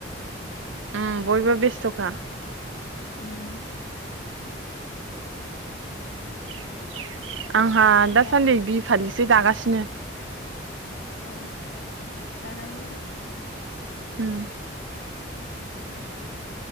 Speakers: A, on the right (about 80°); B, on the left (about 70°).
A: उम बयबो बेस्थ'खा
B: उम
A: <inaudible> आंहा दासान्दि
B: दा
A: बिहु फालि सो दागासिनो
B: अ दानांगौलै
A: हम